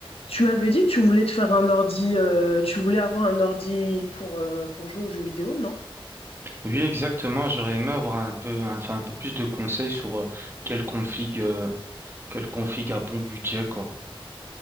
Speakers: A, on the left; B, on the right.
A: Tu m'avais dit que tu voulais te faire un ordi, euh, tu voulais avoir un ordi pour, euh, pour jouer aux jeux vidéo, non?
B: Oui, exactement. J'aurais aimé avoir un peu, un- enfin, un peu plus de conseils sur euh, quelle config, euh, quelle config à bon budget, quoi.